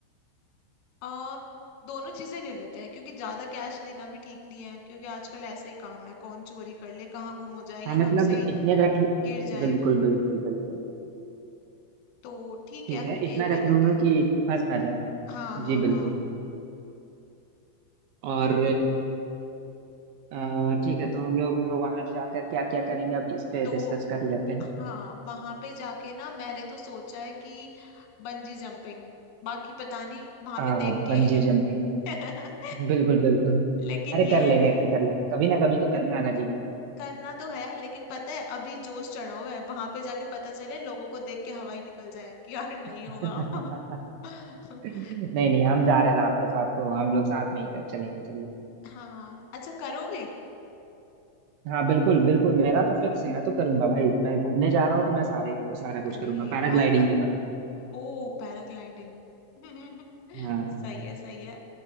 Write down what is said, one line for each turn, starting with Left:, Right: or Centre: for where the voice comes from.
Left: आ, दोनों चीजें ले लेते हैं क्योंकि ज्यादा कैश लेना भी ठीक नहीं है क्योंकि आजकल ऐसा ही काम है कौन चोरी कर ले कहाँ गुम हो जाए या
Right: हाँ मतलब
Left: हमसे ही
Right: इतने रख
Left: गिर जाए
Right: बिल्कुल बिल्कुल बिल्कुल
Left: तो ठीक
Right: ठीक
Left: है हम
Right: है
Left: यही
Right: इतना
Left: करेंगे
Right: रख लूंगा कि फंस ना जाए
Left: हाँ हाँ
Right: जी बिल्कुल
Left: हाँ
Right: और
Left: ठीक
Right: अ, ठीक है तो हम लोग वहां जाकर क्या क्या करेंगे अभी इस पे
Left: तो
Right: डिस्कस कर लेते हैं
Left: हाँ वहां पे जाके ना मैंने तो सोचा है कि बंजी जंपिंग बाकी पता नहीं वहां
Right: आ,
Left: पे देख के
Right: बंजी जंपिंग
Left: <laughs>
Right: बिल्कुल बिल्कुल
Left: लेकिन
Right: अरे
Left: ये
Right: कर लेंगे
Left: है
Right: कर लेंगे कभी ना कभी तो करना आना जीवन में
Left: करना तो है लेकिन पता है अभी जोश चढ़ा हुआ है वहां पे जाके पता चले लोगों को देख के हवा ही निकल जाए कि यार नहीं होगा
Right: <laughs>
Left: <laughs>
Right: नहीं नहीं हम जा रहे हैं ना आपके साथ तो हम लोग साथ में ही कर चलेंगे चलिए
Left: हाँ अच्छा करोगे
Right: हाँ बिल्कुल बिल्कुल मेरा तो फिक्स है मैं तो करूंगा भाई मैं घूमने जा रहा हूँ तो मैं सारे सारा कुछ
Left: अरे
Right: करूंगा पैराग्लाइडिंग
Left: यार बत...
Right: भी करूंगा
Left: ओ पैराग्लाइडिंग <laughs>
Right: हाँ
Left: सही है सही है